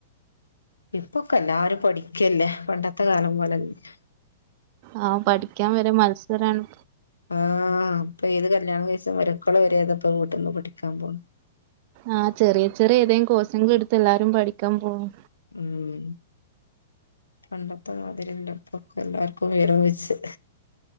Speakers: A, on the left (about 80°); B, on the right (about 45°).
A: ഇപ്പൊക്കെ എല്ലാരും. പഠിക്കല്ലേ പണ്ടത്തെ കാലം പോലെ അല്ലല്ലോ.
B: ആഹ് പഠിക്കാൻ വരെ മത്സരമാണ്.
A: ആഹ് അപ്പൊ ഏത് കല്യാണ കഴിച്ച് മക്കള് വരെ ഇപ്പോ വീട്ടിന്ന് പഠിക്കാൻ പോന്നു.
B: ആഹ് ചെറിയ ചെറിയ ഏതെങ്കിലും കോഴ്സ് എങ്കിലും എടുത്ത് എല്ലാരും പഠിക്കാൻ പോവും.
A: ഉം പണ്ടത്തെ മാതിരി അല്ല, ഇപ്പൊ ഒക്കെ എല്ലാർക്കും വിവരം വെച്ച്.